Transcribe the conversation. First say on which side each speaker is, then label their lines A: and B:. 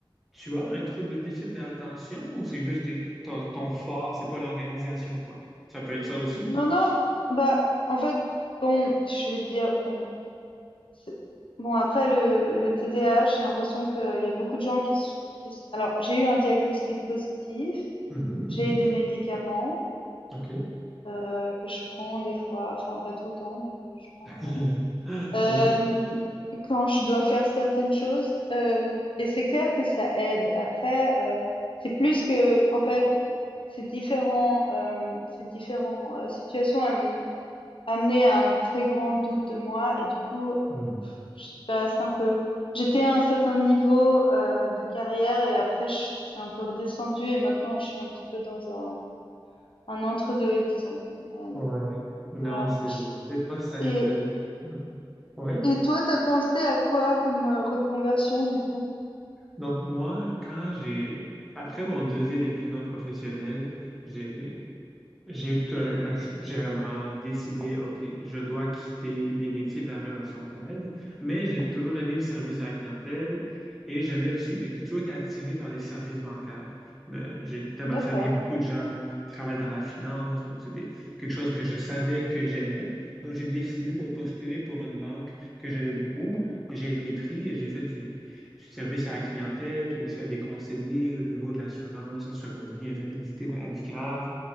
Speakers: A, in the centre; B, on the left (about 70°).
A: Tu as un trouble de déficit d'attention ou c'est juste tes- ton, ton fort, c'est pas l'organisation quoi. Ça peut être ça aussi
B: non,
A: quoi.
B: non, bah, en fait, bon, je vais te dire, bon, c'est- bon, après le, le TDAH, j'ai l'impression qu'il y a beaucoup de gens qui sont, qui s- alors, j'ai eu un diagnostic positif,
A: Mhm,
B: j'ai
A: mhm.
B: des médicaments
A: OK.
B: euh, que je prends des fois, enfin, pas tout le temps, mais que je prends
A: <laughs>
B: quand même. euh,
A: Oui.
B: quand je dois faire certaines choses. euh, et c'est clair que ça aide. Après, euh, c'est plus que, en fait, ces différents, euh, ces différents euh, situations am- amenaient à un très grand doute de moi. Et du coup,
A: Mm.
B: je passe un peu. J'étais à un certain niveau euh, de carrière et après, je- c'est un peu redescendu et maintenant, je suis un petit peu dans un, un entre-deux, disons. Euh,
A: Ouais. Non,
B: voilà.
A: c'est c'est pas simple.
B: Et,
A: Mm. Ouais.
B: et toi, t'as pensé à quoi comme euh, reconversion, du coup?
A: Donc moi, quand j'ai après mon deuxième épuisement professionnel, j'ai j'ai eu tout un, un ch- j'ai vraiment décidé, OK, je dois quitter les métiers de la relation d'aide, mais j'ai toujours aimé le service à la clientèle et j'aimais aussi, j'ai j'ai toujours été attiré par les services bancaires. Mais j'ai, dans ma
B: D'accord.
A: famille, beaucoup de gens travaillent dans la finance, donc c'était quelque chose que je savais que j'aimais. Donc j'ai décidé de
B: Mhm.
A: postuler pour une banque que j'aimais beaucoup. et J'ai été pris et j'ai fait du, du service à la clientèle, puis aussi à des conseillers au niveau de l'assurance, assurance vie, invalidité, maladie grave.